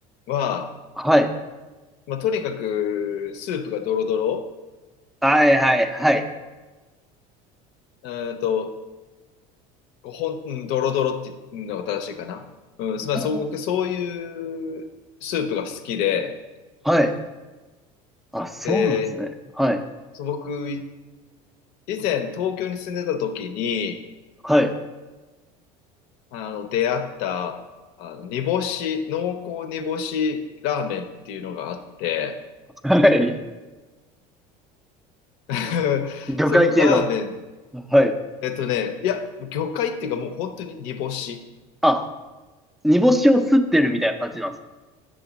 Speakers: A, on the left (about 70°); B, in the centre.
A: は、
B: はい。
A: まあ、とにかくスープがドロドロ、
B: はいはいはい。
A: うーんと、こうほん、うん、ドロドロっていうのが正しいかな。うん、まあ、
B: うんうん
A: そう、僕そういうスープが好きで、
B: はい。あ、そうなんですね。
A: で、
B: はい。
A: そう僕、い以前東京に住んでた時に、
B: はい。
A: あの、出会った、あの、煮干し、濃厚煮干しラーメンっていうのがあって、
B: はい。
A: <laughs>
B: 魚介系の。
A: そのラーメン、
B: はい。
A: えっとね、いや、魚介っていうかもう本当に煮干し。
B: あ、煮干しを吸ってるみたいな感じなんです。